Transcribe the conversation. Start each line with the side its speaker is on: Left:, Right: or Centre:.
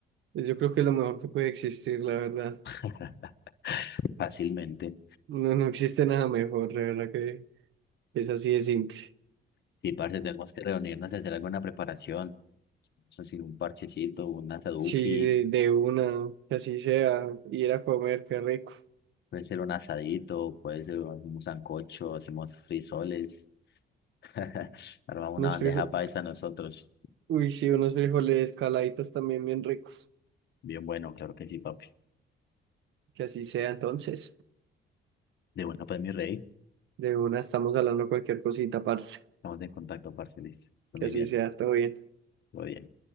Right: Yo creo que es lo mejor que puede existir, la verdad.
Left: <laughs> Fácilmente.
Right: No, no existe nada mejor, la verdad que es así de simple.
Left: Sí, parce, tenemos que reunirnos y hacer alguna preparación. No sé si un parchecito, un asaduki,
Right: Sí, de, de una, que así sea, ir a comer, qué rico.
Left: puede ser un asadito, puede ser un sancocho, hacemos frisoles. <laughs> Armamos
Right: Unos
Left: una bandeja
Right: frijoles,
Left: paisa nosotros.
Right: uy, sí, unos frijoles caladitos también bien ricos,
Left: Bien bueno, claro que sí, papi.
Right: que así sea entonces.
Left: De bueno, pues mi rey,
Right: De una estamos hablando cualquier cosita, parce,
Left: estamos en contacto, parce, listo. Está
Right: que
Left: muy
Right: así
Left: bien.
Right: sea, todo bien.
Left: Muy bien.